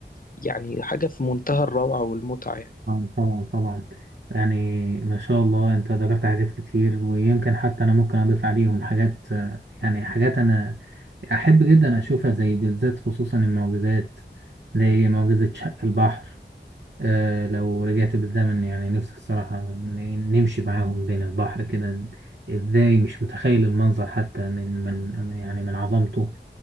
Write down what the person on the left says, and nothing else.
يعني حاجة في منتهى الروعة والمتعة يعني